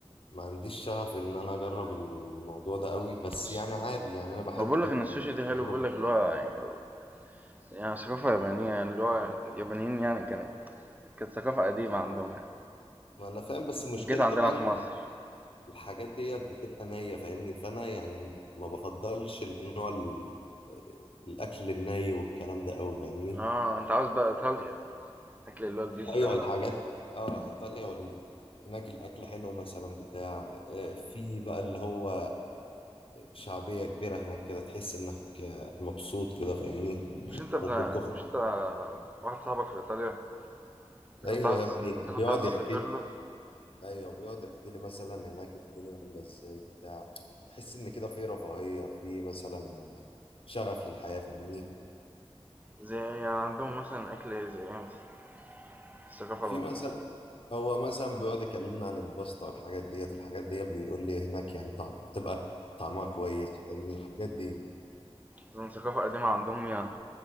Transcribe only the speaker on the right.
بس
هو بقول لك
ان السوشي ده حلو بقول لك اللي هو يعني يعني ثقافة يابانية يعني اللي هو اليابانيين يعني كانت كانت ثقافة قديمة عندهم يعني
وجيت عندنا
في
مصر
اه انت عاوز بقى ايطاليا اكل اللي هو البيتزا
مش انت ابن
مش انت واحد صاحبك في ايطاليا انت
كنت عاوز
انت
كنت عاوز تسافر
له
زي يعني عندهم مثلا اكل ايه زي ايه مثلا؟ الثقافة
اللي عندهم
اظن ثقافة قديمة عندهم يعني